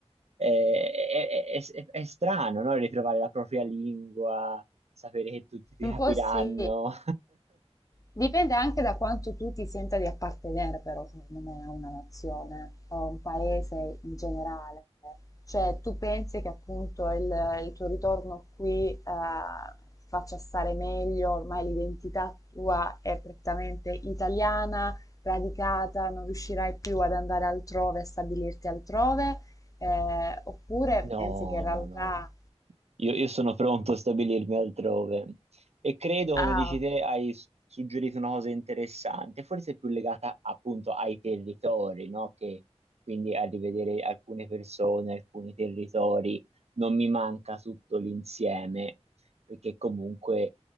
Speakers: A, on the right (about 70°); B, on the left (about 30°).
A: eh, è, è- è- è strano, no? Ritrovare la propria lingua, sapere che tutti ti
B: un
A: capiranno.
B: po' sì. Dipende anche da quanto tu ti senta di appartenere, però, secondo me, a una nazione o a un paese in generale. Cioè, tu pensi che appunto il, il tuo ritorno qui eh, ti faccia stare meglio, ormai l'identità tua è prettamente italiana, radicata, non riuscirai più ad andare altrove, a stabilirti altrove, eh, oppure
A: No,
B: pensi che in realtà...
A: no, no. Io, io sono pronto a stabilirmi altrove e credo,
B: Ah,
A: come dici
B: ok.
A: te, hai s- suggerito una cosa interessante, forse più legata appunto ai territori, no? Che quindi a rivedere alcune persone, alcuni territori, non mi manca tutto l'insieme, perché comunque